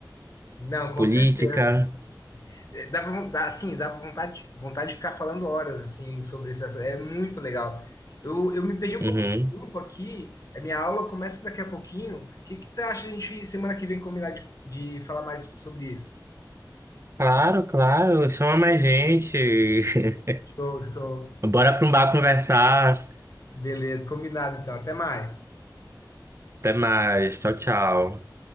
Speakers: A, on the left; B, on the right.
A: Não, com
B: política.
A: certeza. Eh, Dá pra, von- dá, assim, dá pra vontade, vontade de ficar falando horas assim sobre esse assunto. É muito legal. Eu, eu me perdi um
B: Uhum.
A: pouco do grupo aqui. A minha aula começa daqui a pouquinho. O que, que você acha a gente semana que vem combinar de, de falar mais sobre isso?
B: Claro, claro. Chama mais gente. <laughs>
A: Show, show.
B: Bora pra um bar conversar.
A: Beleza, combinado então. Até mais.
B: Até mais. Tchau, tchau.